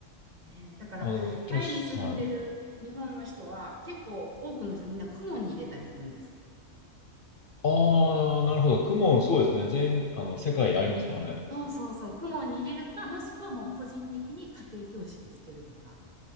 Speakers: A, on the right; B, on the left.
A: ね、だから、
B: あ、ちょっと、
A: タイに住んでる日本の人は、
B: はい。
A: 結構多くの人はみんな公文に入れたりするんです。
B: ああ、なるほど。雲、そうですね。全、あの、世界ありますからね。
A: そうそうそう、公文に入れるか、もしくはもう個人的に家庭教師をつけるとか。